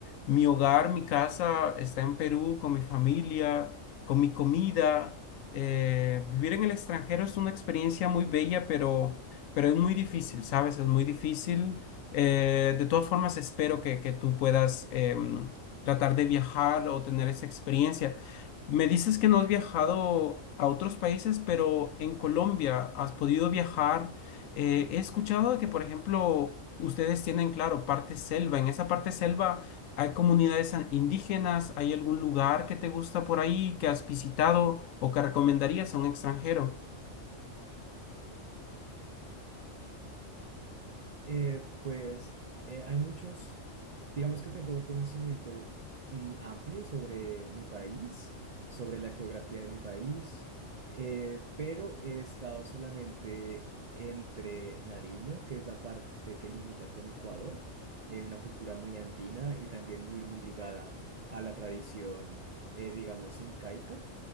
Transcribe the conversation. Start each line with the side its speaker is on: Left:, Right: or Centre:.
Left: Mi hogar, mi casa está en Perú con mi familia, con mi comida. Eh, vivir en el extranjero es una experiencia muy bella, pero, pero es muy difícil, ¿sabes? Es muy difícil. Eh, de todas formas, espero que, que tú puedas em, tratar de viajar o tener esa experiencia. Me dices que no has viajado a otros países, pero en Colombia has podido viajar. Eh, he escuchado que, por ejemplo, ustedes tienen, claro, parte selva. En esa parte selva... ¿Hay comunidades an- indígenas? ¿Hay algún lugar que te gusta por ahí que has visitado o que recomendarías a un extranjero?
Right: Eh, pues eh, hay muchos, digamos que tengo un conocimiento mm, amplio sobre mi país, sobre la geografía de mi país, eh, pero he estado solamente entre Nariño, que es la parte que limita con Ecuador, eh, una cultura muy andina y también muy, muy ligada a la tradición, eh, digamos, incaica.